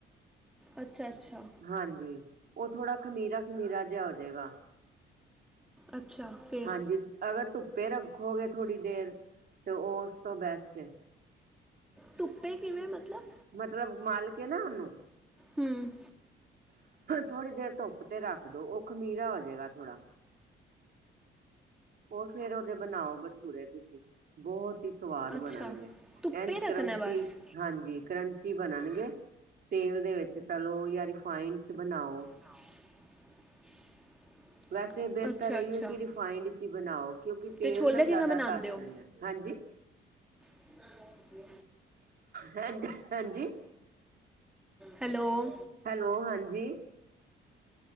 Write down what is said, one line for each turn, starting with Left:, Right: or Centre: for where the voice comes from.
Centre: ਅੱਛਾ -ਅੱਛਾ
Right: ਹਾਂਜੀ ਉਹ ਥੋੜਾ ਖਮੀਰਾ- ਖ਼ਮੀਰਾ ਜਿਹਾ ਹੋਜੇਗਾ
Centre: ਅੱਛਾ ਫਿਰ
Right: ਹਾਂਜੀ। ਅਗਰ ਧੁੱਪੇ ਰੱਖੋਗੇ ਥੋੜੀ ਦੇਰ, ਤੇ ਓ ਉਸ ਤੋਂ ਬੈਸਟ ਏ।
Centre: ਧੁੱਪੇ ਕਿਵੇਂ ਮਤਲਬ?
Right: ਮਤਲਬ ਮਾਲ ਕੇ ਨਾ ਉਨੂੰ
Centre: ਹੂੰ
Right: ਥੋੜ੍ਹੀ ਦੇਰ ਧੁੱਪ ਤੇ ਰੱਖ ਦੋ ਉਹ ਖਮੀਰਾ ਹੋਜੇਗਾ ਥੋੜਾ। ਉਹ ਫੇਰ ਉਹਦੇ ਬਣਾਓ ਬਠੂਰੇ ਤੁਸੀਂ ਬਹੁਤ ਹੀ ਸਵਾਦ
Centre: ਅੱਛਾ
Right: ਬਣਨਗੇ।
Centre: ਧੁੱਪੇ
Right: ਐਂਜ
Centre: ਰੱਖਣਾ
Right: ਕਰੰਚੀ,
Centre: ਬਸ
Right: ਹਾਂਜੀ ਕਰੰਚੀ ਬਣਨਗੇ। ਤੇਲ ਦੇ ਵਿੱਚ ਤਲੋ ਜਾਂ ਰਿਫਾਇੰਡ ਚ ਬਣਾਓ।
Centre: <inaudible>
Right: ਵੈਸੇ ਬਿਹਤਰ
Centre: ਅੱਛਾ
Right: ਏਹਿਓ
Centre: ਅੱਛਾ
Right: ਕਿ ਰਿਫਾਈੰਡ ਚ ਬਣਾਓ ਕਿਉਂਕਿ ਤੇਲ
Centre: ਤੇ ਛੋਲੇ
Right: ਨਾ ਜ਼ਿਆਦਾ
Centre: ਕਿਵੇਂ ਬਣਾਉਂਦੇ
Right: ਧਸ
Centre: ਹੋ
Right: ਜਾਂਦਾ ਐ। ਹਾਂਜੀ।
Centre: <inaudible>
Right: ਹਾਂਜੀ ਹਾਂਜੀ
Centre: ਹੈਲੋ।
Right: ਹੈਲੋ ਹਾਂਜੀ।